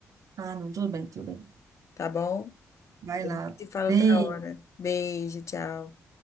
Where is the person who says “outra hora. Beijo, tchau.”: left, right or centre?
Left